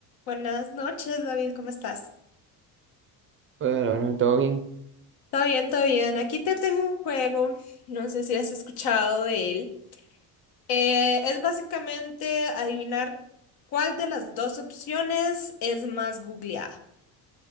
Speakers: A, on the left (about 65°); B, on the right (about 30°).
A: Buenas noches, David, ¿cómo estás?
B: Hola, Lorena, ¿todo bien?
A: Todo bien, todo bien. Aquí te tengo un juego, no sé si has escuchado de él. Eh, es básicamente adivinar cuál de las dos opciones es más googleada.